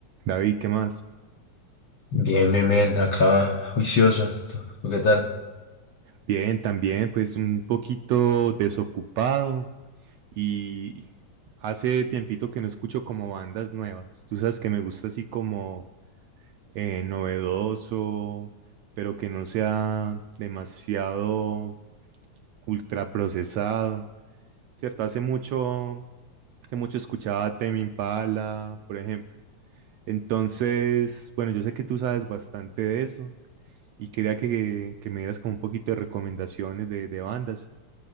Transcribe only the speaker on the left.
Bien, bien, bien, acá juicioso. ¿Tú, tú qué tal?